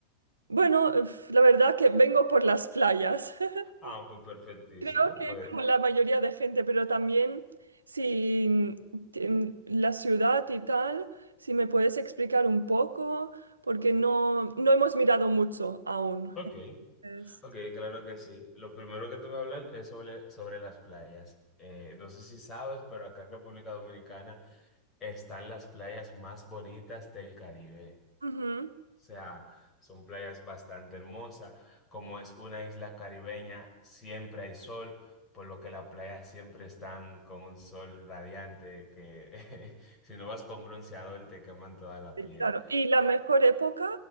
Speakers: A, on the right; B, on the left.
A: Bueno, uf, la verdad que vengo por las playas. <laughs>
B: Ah, pues perfectísimo,
A: Creo que
B: pues,
A: como la mayoría de gente, pero también si mm, te- mm, la ciudad y tal, si me puedes explicar un poco, porque no, no hemos mirado mucho aún.
B: ok,
A: Entonces,
B: ok, claro que sí. Lo primero que te voy a hablar es sobre, sobre las playas. Eh, no sé si sabes, pero acá en República Dominicana están las playas más bonitas del Caribe.
A: ujú.
B: O sea, son playas bastante hermosas. Como es una isla caribeña, siempre hay sol, por lo que las playas siempre están con un sol radiante que <laughs> si no vas con bronceador te queman toda la
A: Sí,
B: piel.
A: Claro, y la mejor época,